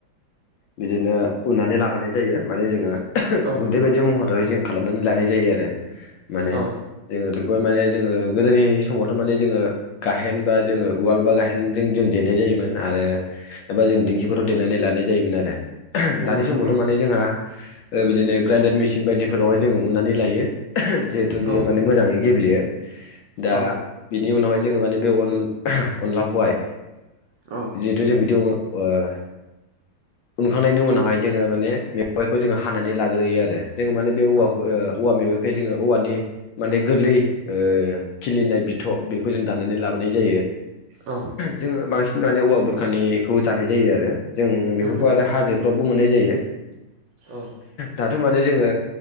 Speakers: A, on the left; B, on the right.
A: बिदिनो उननानै लाग्रोनाय जायो माने जोङो
B: औ
A: गुन्दै बायदि महरावै जों खालामनानै लानाय जायो आरो माने
B: औ
A: जोङो बेखौहाय माने जोङो गोदोनि समावथ' माने जोङो गाहेन बा जोङो उवाल बा गाहेनजों जों देनाय जायोमोन आरो एबा जों दिंखिफोराव देनानै लानाय जायोमोन आरो
B: नंगौ
A: दानि
B: नंगौ
A: समावथ' माने जोंहा बिदिनो ग्राइडार मेसिन बायदिफोरावहाय जोङो उननानै लायो जिहेथु बियो
B: औ
A: माने मोजाङै गेब्लेयो दा
B: औ
A: बिनि उनावहाय जोङो माने बेन अनलाखौहाय
B: औ
A: जों बिदियाव उनखांनायनि उनावहाय जोङो माने मेवाइखौ जोङो हानानै लाग्रोयो आरो जोङो माने बे औवाखौ
B: औ
A: औवा मेवाइखाय जोङो औवानि माने गोरलै खिलिनाय बिथ' बेखौ जों दानानै लाबोनाय जायो
B: औ
A: जोङो बांसिन माने औवा बुरखानिखौ जानाय जायो आरो जों बे
B: नोंखौ नंगौ
A: बेफोरावबो मोननाय जायो
B: औ
A: दाथ' माने जोङो